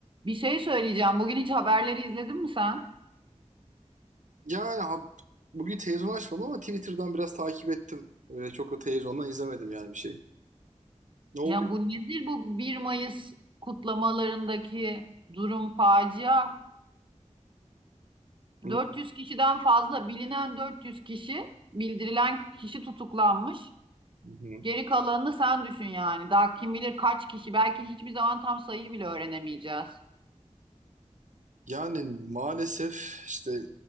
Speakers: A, on the right; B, on the right.
A: Bir şey söyleyeceğim. Bugün hiç haberleri izledin mi sen?
B: Yani ha- bugün televizyon açmadım ama Twitter'dan biraz takip ettim. Öyle çok da televizyondan izlemedim yani bir şey. Ne oldu?
A: Yani bu nedir bu 1 Mayıs kutlamalarındaki durum facia?
B: Hı
A: 400 kişiden fazla bilinen 400 kişi, bildirilen kişi tutuklanmış.
B: hı.
A: Geri kalanını sen düşün yani. Daha kim bilir kaç kişi. Belki hiçbir zaman tam sayıyı bile öğrenemeyeceğiz.
B: Yani maalesef işte e,